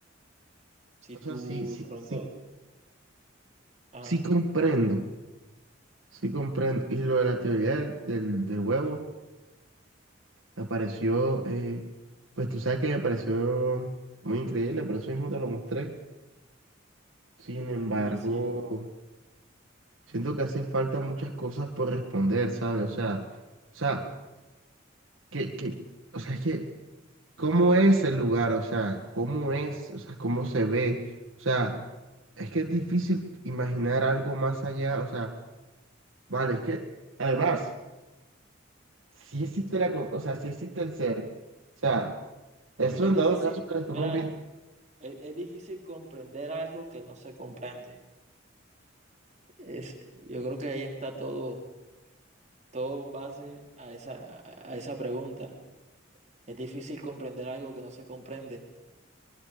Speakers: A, on the right; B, on the right.
A: Si
B: O
A: tú
B: sea, sí, sí,
A: pronto,
B: sí,
A: ajá,
B: sí comprendo. Sí, comprendo. Y lo de la teoría del, del, del huevo me pareció, eh, pues tú sabes que me pareció muy increíble, por eso mismo te lo mostré. Sin embargo,
A: sí, sí.
B: siento que hacen falta muchas cosas por responder, ¿sabes? O sea, o sea, que, que, o sea, es que, ¿cómo es el lugar? O sea, ¿cómo es? O sea, ¿cómo se ve? O sea, es que es difícil imaginar algo más allá. O sea, vale, es que, además. sí existe la, con- o sea, sí existe el ser. O sea, eso
A: Es
B: en
A: difícil,
B: dado caso que lo estamos
A: mira,
B: viendo,
A: es, es difícil comprender algo que no se comprende. Es, yo creo que ahí está todo Todo en base a esa, a esa pregunta. Es difícil comprender algo que no se comprende,